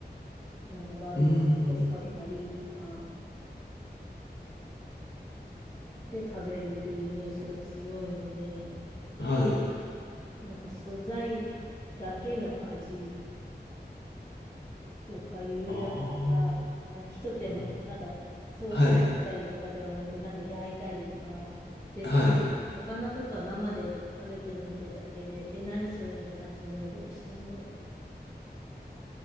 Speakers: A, on the left; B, on the left.
A: なんかバーベキューソースかけたりとか
B: うーん。
A: で食べるっていうイメージが強いんで、
B: はい。
A: なんか素材だけの味とかいうよりは、
B: ああ。
A: あなんかひと手間、
B: なるほど
A: なんかソースしたりとかではなくて、
B: はい。
A: なんか焼いたりとか、ぜ、
B: はい。
A: 魚とか生で食べてるの見てただけで、え、何それみたいな感じで見られたりしたんで、